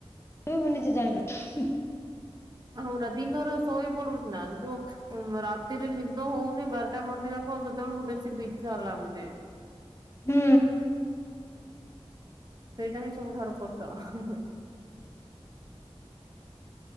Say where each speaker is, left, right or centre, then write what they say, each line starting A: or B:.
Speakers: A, on the left (about 25°); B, on the right (about 40°).
A: ଏ ମୁଁ ନିଜେ ଜାଣିବି।
B: ହଉରା ଦିନରେ ସୋଇପଡୁଚ ନା ଜୋ ଏ ଯୋଉ ରାତିରେ ନିଦ ହଉନି ବାରଟା ଘଣ୍ଟେ ଯାକ ସେତେବେଳକୁ ବେଶୀ ବିଜାର ଲାଗୁଛି।
A: ହୁଁ।
B: ସେଇଟା ହିଁ ସବୁଠାରୁ କଷ୍ଟ ହଁ ହଁ।